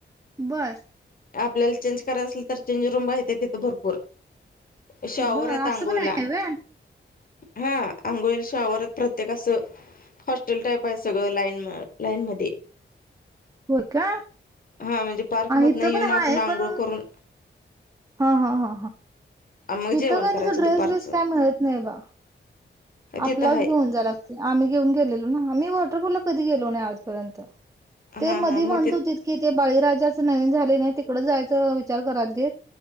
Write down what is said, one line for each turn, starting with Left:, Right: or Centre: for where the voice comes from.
Right: बर
Left: आपल्याला चेंज करायच असेल तर चेंज रूम आहे तिथं भरपूर. शॉवर
Right: बर
Left: आहेत अंघोळला.
Right: असं पण आहे व्हय
Left: हा अंघोळीला शॉवर आहेत प्रत्येक असं हॉस्टेल टाईप आहे सगळं लाईन म लाईन मध्ये.
Right: हो का?
Left: हा म्हणजे पार्क मधन
Right: इथं
Left: येऊन
Right: पण
Left: आपण
Right: हाय
Left: आंघोळ
Right: पण
Left: करून
Right: हा हा हा
Left: मग
Right: हथं
Left: जेवण
Right: काय
Left: करायचं
Right: तस ड्रेस
Left: दुपारचं
Right: बीस काय मिळत नाही बा.
Left: तिथं
Right: आपलाच
Left: आहे
Right: घेऊन जाय लागते. आम्ही घेऊन गेलेलो ना, आम्ही वॉटरपूल ला कधी गेलो नाही आजपर्यंत. ते
Left: हा
Right: मधी
Left: हा मग
Right: म्हणत
Left: ते
Right: होतीत की, ते बळीराजाच नवीन झालय कणी, तिकड जायच विचार करालतीत.